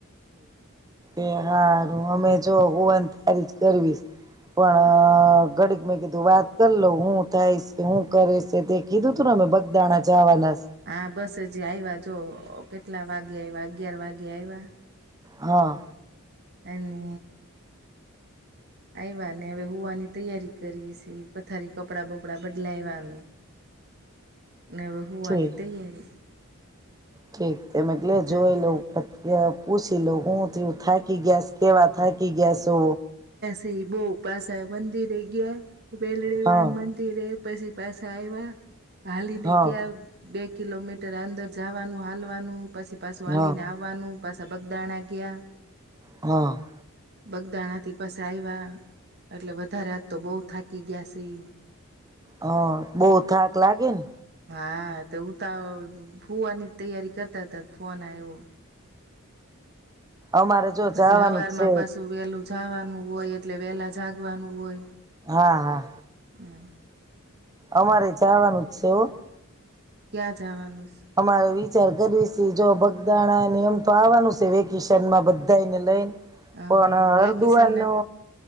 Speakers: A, on the right; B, on the right.
A: એ હારું અમે જો હુંવાન ત્યારી જ કરીએશે. પણ
B: હ
A: ગડીક મેકી વાત કરી લઉ હું થાય છે હું કરે છે તે કીધું તું ને અમે બગદાણા જાવાના
B: હા બસ હ જે આવ્યા જો કેટલા વાગે આવ્યા અગિયાર વાગે આવ્યા.
A: હા.
B: અને આવ્યાને હવે હોવાની તૈયારી કરી છે પથારી કપડાં બપડા બદલાઇવા. ને હવે હોવાની
A: ઠીક
B: તૈયારી.
A: ઠીક તે મેં કીધું કે
B: જમીને
A: જોઈ લઉં. પુસી લવ હુ થિયું થાકી ગ્યા સ કેવા થાક થાકી ગ્યાસો.
B: તે બહુ પાસા મંદિરે ગ્યા. મેલડી
A: હા
B: માઁ ને મંદિરે. પછી પાસા આવ્યા. ખાલીને
A: હા
B: <unintelligible> બેગ કિલોમીટર અંદર જવાનું હાલવાનું પછી પાછું હાલીને
A: હા
B: આવવાનું પાછા બગદાણા ગયા
A: હા
B: બગદાણાથી પાસા આવ્યા એટલે વધારે હાથ તો બહુ થાકી ગયા સી
A: હા બહુ થાક લાગે ને
B: હા, તો ઉતા હુવાની તૈયારી કરતા હતા ને ફોન આવ્યો
A: અમારે જો
B: પછી
A: જવાનું
B: હવાર
A: જ છે
B: માં પાસું વેલું જાવાનું હોય એટલે વેલા જાગવાનું હોય
A: હા, હા.
B: હ
A: અમારે જાવાનું જ છે હો
B: ક્યાં જવાનું છે?
A: અમારે વિચાર કરવી છે, જો ભ. બાણા નિયમ તો આવવાનું છે વે કિશન માં બધા ને લઈને
B: હ
A: પણ
B: હા વેકેશનને
A: અરદુઆર નો